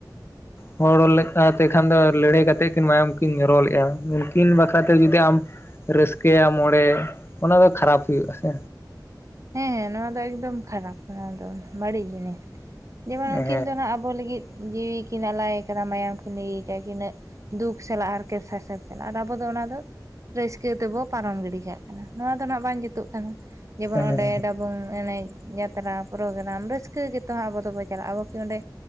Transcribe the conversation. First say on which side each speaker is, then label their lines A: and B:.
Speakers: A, on the left (about 30°); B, on the right (about 45°).
A: ᱦᱚᱲ ᱞᱮᱠᱟᱛᱮ ᱠᱷᱟᱱ ᱫᱚ ᱞᱟᱹᱲᱦᱟᱹᱭ ᱠᱟᱛᱮᱫ ᱠᱤᱱ ᱢᱟᱭᱟᱢ ᱠᱤᱱ ᱡᱚᱨᱚ ᱞᱮᱜᱼᱟ ᱩᱱᱠᱤᱱ ᱵᱟᱠᱷᱨᱟ ᱛᱮ ᱡᱩᱫᱤ ᱟᱢ ᱨᱟᱹᱥᱠᱟᱹᱭᱟᱢ ᱚᱬᱮ, ᱚᱱᱟ ᱫᱚ ᱠᱷᱟᱨᱟᱯ ᱦᱩᱭᱩᱜᱼᱟ ᱥᱮ᱾
B: ᱦᱮᱸ ᱱᱚᱣᱟ ᱫᱚ ᱮᱠᱫᱚᱢ ᱠᱷᱟᱨᱟᱯ ᱱᱚᱣᱟ ᱫᱚ ᱵᱟᱹᱲᱤᱡ ᱡᱤᱱᱤᱥ ᱡᱮᱢᱚᱱ
A: ᱦᱮᱸ
B: ᱩᱱᱠᱤᱱ ᱫᱚᱱ ᱦᱟᱸᱜ ᱟᱵ ᱵᱚ ᱞᱟᱹᱜᱤᱫ ᱡᱤᱣᱤ ᱠᱤᱱ ᱟᱞᱟᱭ ᱟᱠᱟᱫᱟ ᱢᱟᱭᱟᱢ ᱠᱤᱱ ᱞᱟᱹᱭᱤ ᱠᱤᱜᱼᱟ ᱛᱤᱱᱟᱹᱜ ᱫᱩᱠ ᱥᱟᱞᱟᱜ ᱦᱟᱨᱠᱮᱛ ᱥᱟᱥᱮ ᱥᱟᱥᱮ ᱟᱨ ᱟᱵᱚ ᱫᱚ ᱚᱱᱟ ᱫᱚ ᱨᱟᱹᱥᱠᱟᱹ ᱛᱮᱵᱚ ᱯᱟᱨᱚᱢ ᱜᱤᱰᱤ ᱠᱟᱜ ᱠᱟᱱᱟ, ᱱᱚᱣᱟ ᱫᱚᱱ ᱦᱟᱸᱜ ᱵᱟᱝ ᱡᱩᱛᱩᱜ ᱠᱟᱱᱟ ᱡᱮᱢᱚᱱ
A: ᱦᱮᱸ
B: ᱚᱱ ᱵᱚᱝ ᱮᱱᱮᱡ ᱡᱟᱛᱨᱟ ᱯᱨᱳᱜᱨᱟᱢ ᱨᱟᱹᱥᱠᱟᱹ ᱜᱮᱛᱚ ᱦᱟᱸᱜ ᱟᱵᱚ ᱫᱚᱵᱚ ᱪᱟᱞᱟᱜᱼᱟ, ᱟᱵᱚ ᱠᱤ ᱚᱸᱰᱮ